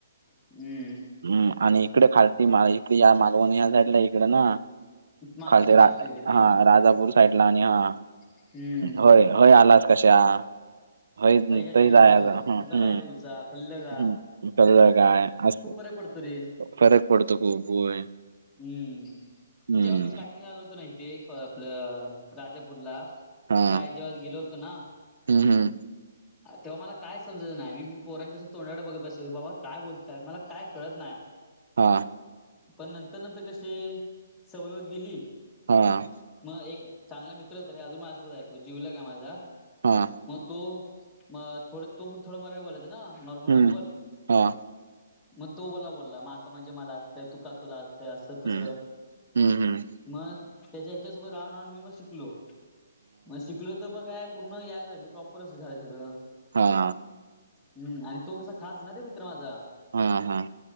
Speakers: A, in the centre; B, on the right (about 70°).
A: हम्म.
B: हम्म. आणि इकडे खालती मा इकडे या मालवणी ह्या साईटला इकड ना.
A: माका
B: खालते
A: तुका असतो इकड ते
B: हा राजापूर साईठला आणि हा्,
A: हम्म
B: होय होय आलाच कशा. हय
A: काही कसा
B: तय
A: येईल
B: जायाच आता
A: तुका
B: ह
A: काय करूचा कल्लं
B: हम्म कल काय असं.
A: पडत रे.
B: फरक पडतो खूप. होय.
A: हम्म.
B: हम्म
A: जेव्हा मी स्टार्टिंगला आलो होतो ना इथे. आपलं राजापूरला.
B: हा
A: शाळे जेव्हा गेलो होतो ना.
B: हम्म, हम्म.
A: तेव्हा मला काय समजयच नाय. मी पोरांच्यास तोंडाकडे बघत बसायचो. बाबा काय बोलतय त मला काय कळत नाय.
B: हा.
A: पण नंतर नंतर कशी, सवय होत गेली.
B: हां.
A: मग एक चांगला मित्र होता. अजून माझ्यासोबत आहे तो, जिवलग आहे माझा.
B: हां.
A: मग तो, म- थोडं तो पण थोड मराठी बोलायचां ना नॉर्मल
B: हं,
A: नॉर्मल.
B: हां,
A: मग तो बोला बोलला, मका म्हणजे मला असतंय, तू का तुला असतंय असं तस.
B: हं, हं, हं.
A: मग त्याच्या हेच्यासोबत राहून राहून मी मग शिकलो, मग शिकलो. मग काय पूर्ण यायला लागली, प्रॉपर असं झाले सगळं.
B: हा.
A: हम्. आणि तो कसा खासणारे मित्र माझा.
B: हां, हां.